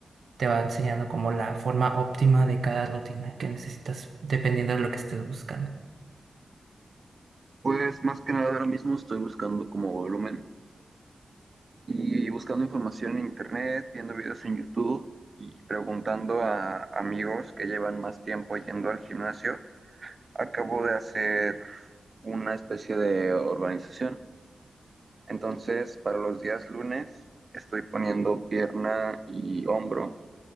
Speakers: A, on the right (about 75°); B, on the right (about 45°).
A: te va enseñando como la forma óptima de cada rutina que necesitas, dependiendo de lo que estés buscando.
B: pues más que nada ahora mismo estoy buscando como volumen y buscando información en internet, viendo videos en YouTube y preguntando a amigos que llevan más tiempo yendo al gimnasio. Acabo de hacer una especie de organización Entonces, para los días lunes estoy poniendo pierna y hombro,